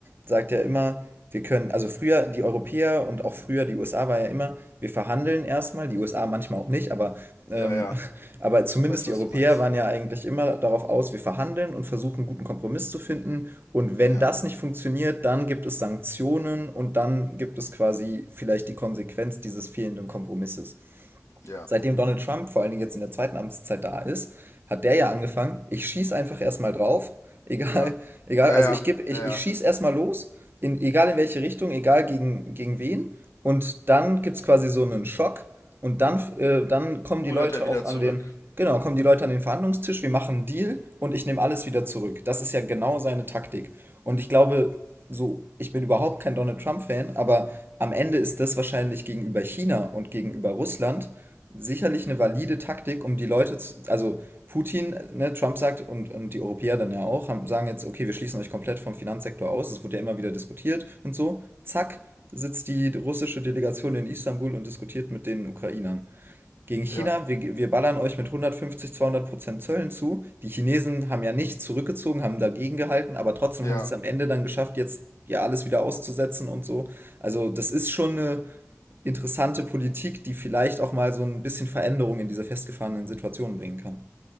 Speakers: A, on the right; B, on the left.
A: sagt ja immer, wir können, also früher die Europäer und auch früher die USA war ja immer, wir verhandeln erstmal, die USA manchmal auch nicht, aber, ähm,
B: ja, ja,
A: <laughs> aber zumindest
B: ich weiß,
A: die
B: was
A: Europäer
B: du meinst.
A: waren ja eigentlich immer darauf aus, wir verhandeln und versuchen, einen guten Kompromiss zu finden. Und wenn
B: Ja,
A: das nicht funktioniert, dann gibt es Sanktionen und dann gibt es quasi vielleicht die Konsequenz dieses fehlenden Kompromisses
B: ja,
A: seitdem Donald Trump vor allen Dingen jetzt in der zweiten Amtszeit da ist, hat der ja angefangen, ich schieß einfach erstmal drauf, <laughs> egal,
B: ja,
A: egal,
B: ja,
A: also
B: ja,
A: ich gebe, ich,
B: ja, ja.
A: ich schieß erstmal los, in, egal in welche Richtung, egal gegen, gegen wen, und dann gibt's quasi so einen Schock und dann, äh, dann kommen
B: Rudert
A: die Leute
B: er wieder
A: auch
B: zurück.
A: an den, genau, kommen die Leute an den Verhandlungstisch, wir machen einen Deal und ich nehme alles wieder zurück. Das ist ja genau seine Taktik. Und ich glaube, so, ich bin überhaupt kein Donald Trump-Fan, aber am Ende ist das wahrscheinlich gegenüber China und gegenüber Russland sicherlich eine valide Taktik, um die Leute zu, also Putin, ne, Trump sagt und, und die Europäer dann ja auch, haben, sagen jetzt, okay, wir schließen euch komplett vom Finanzsektor aus, das wurde ja immer wieder diskutiert und so, zack, sitzt die russische Delegation in Istanbul und diskutiert mit den Ukrainern. Gegen China,
B: Ja,
A: wir, wir ballern euch mit 150, 200 Prozent Zöllen zu. Die Chinesen haben ja nicht zurückgezogen, haben dagegen gehalten, aber trotzdem
B: ja,
A: haben sie es am Ende dann geschafft, jetzt ja alles wieder auszusetzen und so. Also das ist schon eine interessante Politik, die vielleicht auch mal so ein bisschen Veränderung in diese festgefahrenen Situationen bringen kann.